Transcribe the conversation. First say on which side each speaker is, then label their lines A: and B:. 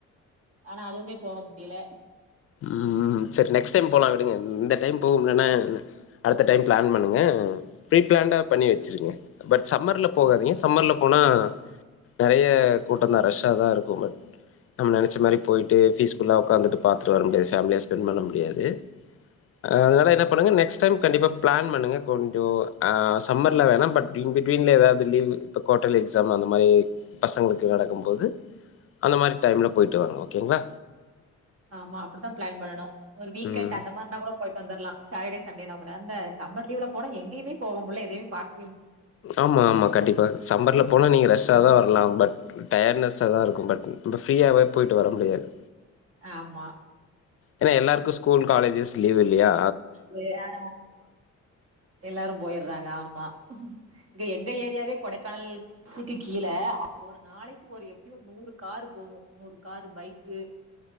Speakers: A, on the right; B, on the left.
A: ஆனா அதுவுமே போக முடியில
B: ம் ம் செரி நெக்ஸ்ட் டைம் போலா விடுங்க இந்த டைம் போக முல்லனா என்ன அடுத்த டைம் பிளான் பண்ணுங்க ப்ரீ பிளான்டா பண்ணி வச்சிருங்க பட் சம்மர்ல போகாதிங்க சம்மர்ல போனா நெறய கூட்டந்தா ரஷ்ஷா தா இருக்கு பட் நம்ம நென ச்ச மாரி போய்ட்டு பீஸ்ஃபுல்லா உக்காந்துட்டு பா த்துட்டு வர முடியாது ஃபேம்லியா ஸ்பென் பண்ண முடியாது ஆ அதுனால என்ன பண்ணுங்க நெக்ஸ்ட் டைம் கண்டிப்பா பிளான் பண்ணுங்க கொஞ்சொ ஆ சம்மர்ல வேணா பட் இன் பிட்வீன்ல எதாவுது லீவு இப்ப குவாடலி எக்ஸாம் அந்த மாரி பசங்களுக்கு நடக்கும் போது அந்த மாரி டைம்ல போயிட்டு வாங்க ஓகேங்ளா
A: ஆமா அப்புடிதா பிளான் பண்ணனு ஒரு வீக்கென்ட்
B: ம்
A: அந்த மாரினா கூட போயி வந்தர்லா சாட்டடேசண்டேனா கூட அந்த சமர் லீவுல போன எங்கயுமே போக முடில எதயுமே பாக்க
B: ஆம்மா ஆம்மா கண்டிப்பா சம்மர்ல போனா நீங்க ரஷ்ஷாதா
A: ம்
B: வரலா பட் டயட்னஸ்ஸா தா இருக்கு பட் நம்ம ஃப்ரீயாவே போயிட்டு வர முடியாது
A: ஆம்மா
B: ஏனா எல்லாருக்கு ஸ்கூல் காலேஜஸ் லீவ் யில்லையா
A: ஹே ஆ எல்லாரு போயிர்றாங்க ஆம்மா ங்க எங்க ஏரியாவே கொடைகானல் ஸ்க்கு கீல ஒரு நாளைக்கு ஒரு எப்டியு ஒரு நூறு காரு போகு நூறு காரு பைக்கு